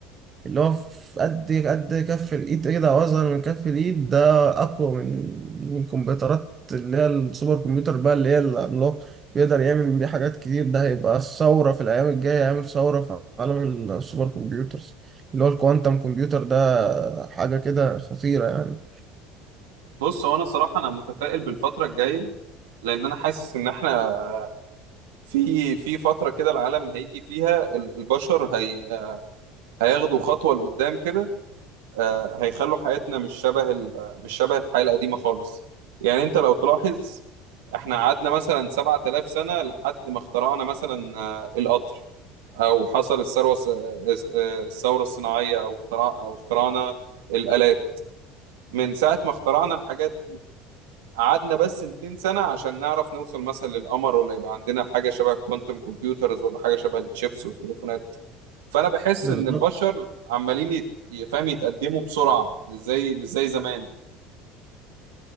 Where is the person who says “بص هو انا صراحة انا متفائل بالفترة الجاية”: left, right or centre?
Right